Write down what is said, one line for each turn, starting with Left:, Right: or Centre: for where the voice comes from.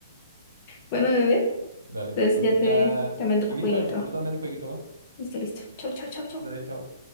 Left: Bueno, bebé,
Right: Dale,
Left: entonces
Right: entonces
Left: ya te,
Right: ya,
Left: ya me el
Right: invítame,
Left: jueguito.
Right: invítame al jueguito, va.
Left: Listo, listo. Chau, chau, chau, chau.
Right: Dale, chao.